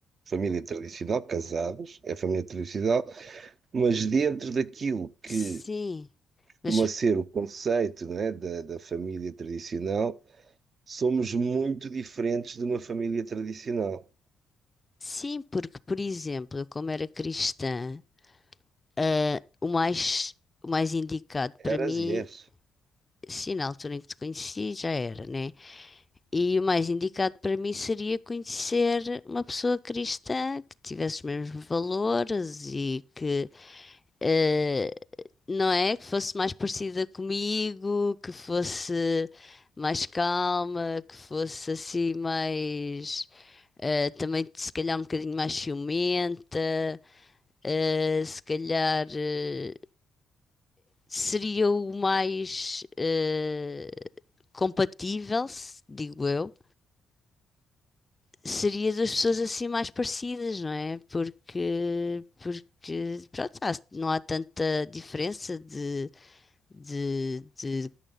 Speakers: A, on the right (about 50°); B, on the left (about 20°).
A: Família tradicional, casados, é família tradicional, mas dentro daquilo que
B: Sim, mas
A: costuma ser o conceito, né, da, da família tradicional, Somos muito diferentes de uma família tradicional.
B: sim, porque, por exemplo, eu como era cristã, ah, o mais, o mais indicado para
A: Eras
B: mim,
A: e és.
B: sim, na altura em que te conheci, já era, né? E o mais indicado para mim seria conhecer uma pessoa cristã que tivesse os mesmos valores e que, eh, não é? Que fosse mais parecida comigo, que fosse mais calma, que fosse assim mais. eh, também se calhar um bocadinho mais ciumenta, eh, se calhar eh, seria o mais eh, compatível, se- digo eu. seria das pessoas assim mais parecidas, não é? Porque, porque pronto, há- não há tanta diferença de, de, de, de